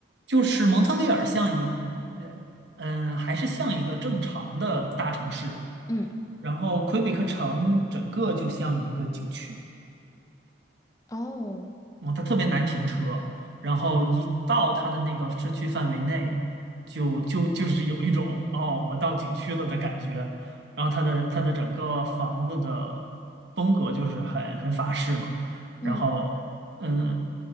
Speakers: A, on the right (about 65°); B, on the left (about 15°).
A: 就是蒙特利尔像一，呃嗯，还是像一个正常的大城市，
B: 嗯，
A: 然后魁北克城整个就像一个景区，
B: 哦，
A: 嗯，它特别难停车，然后一到它的那个市区范围内，就就就是有一种哦，我到景区了的感觉。然后它的它的整个房子的风格就是很很法式嘛，
B: 嗯，
A: 然后嗯，